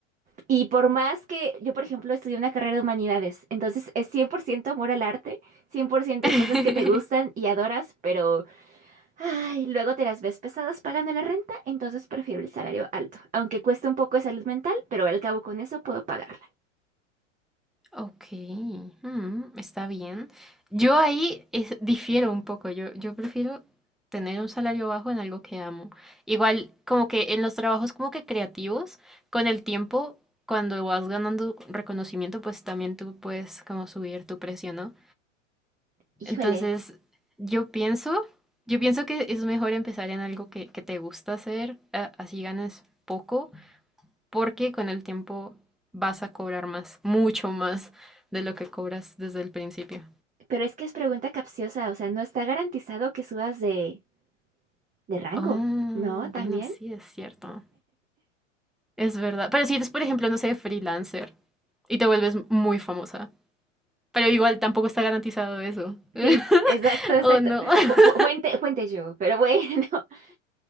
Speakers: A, on the right; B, in the centre.
A: Y por más que yo, por ejemplo, estudié una carrera de humanidades, entonces es 100% amor al arte, 100%
B: <laughs>
A: cosas que te gustan y adoras, pero ay, luego te las ves pesadas pagando la renta, entonces prefiero el salario alto, aunque cueste un poco de salud mental, pero al cabo con eso puedo pagarla.
B: Ok, hmm, está bien. Yo ahí es- difiero un poco. Yo, yo prefiero tener un salario bajo en algo que amo. Igual, como que en los trabajos como que creativos, con el tiempo, cuando vas ganando reconocimiento, pues también tú puedes como subir tu precio, ¿no?
A: Híjole,
B: Entonces, yo pienso, yo pienso que es mejor empezar en algo que, que te gusta hacer, a- así ganas poco, porque con el tiempo vas a cobrar más, mucho más de lo que cobras desde el principio.
A: Pero es que es pregunta capciosa, o sea, no está garantizado que subas de, de rango,
B: Oh,
A: ¿no? ¿También?
B: bueno, sí, es cierto. Es verdad. Pero si eres, por ejemplo, no sé, freelancer y te vuelves muy famosa, pero igual tampoco está garantizado eso. <laughs>
A: Sí, exacto, exacto.
B: ¿O no? <laughs>
A: Fu- fu- Fuente, fuente yo, pero bueno. <laughs>